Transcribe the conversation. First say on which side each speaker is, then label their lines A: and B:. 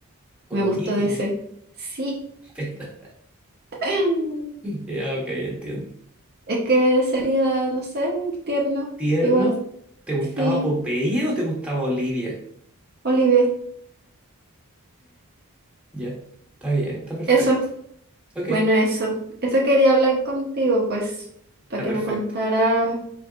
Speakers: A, in the centre; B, on the right (about 45°).
A: Olivia.
B: Me gustó ese. Sí. <clears throat>
A: <laughs> pero-
B: <laughs>
A: Ya, ok, entiendo.
B: Es que sería, no sé, tierno.
A: Tierno,
B: Igual,
A: ¿te gustaba
B: sí,
A: Popeye o te gustaba Olivia?
B: Olivia.
A: Ya, está bien, está perfecto.
B: Eso.
A: Ok, está
B: Bueno, eso. Eso quería hablar contigo, pues, para que
A: perfecto.
B: me contara